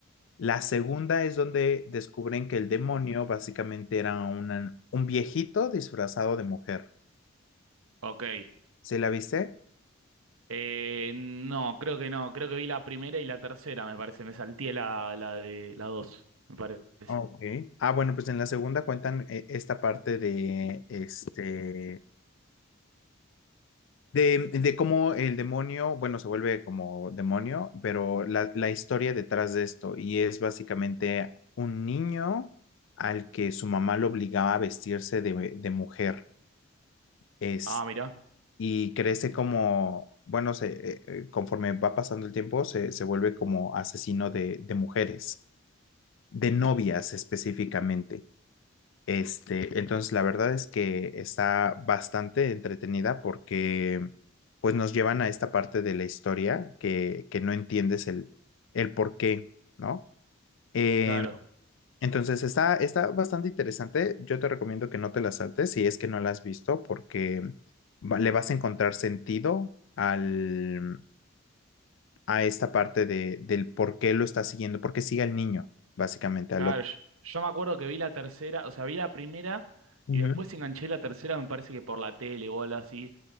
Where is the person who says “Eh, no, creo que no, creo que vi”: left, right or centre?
Right